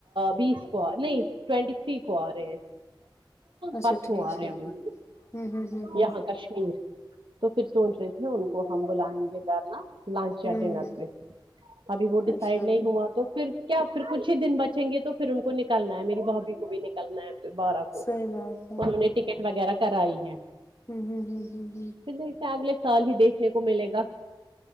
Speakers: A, on the right (about 75°); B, on the left (about 35°).
A: بیس کو نہیں ٹوینٹی تھری کو آ رہے ہیں
B: اچھا
A: پررسوں
B: ٹھیک
A: آ رہے
B: ہے
A: وہ
B: ہوں ہوں ہوں ہوں
A: یہاں کشمیر تو پھر سوچ رہے تھے ان کو ہم بلائیں گے گھر نا لنچ
B: ہوں
A: یہ ڈینر پہ ابھی وہ ڈسائڈ
B: اچھا
A: نہیں ہوا تو پھر کیا پھر کچھ ہی دن بچیں گے تو پھر ان کو نکالنا ہے میری بھابھی کو بھی نکلنا ہے بارہ کو
B: صحیح بات ہے ہوں
A: انہوں نے ٹکٹ وغیرہ کرائی ہے
B: ہوں ہوں ہوں ہوں
A: اسے اگلے سال ہی دیکھنے کو ملے گا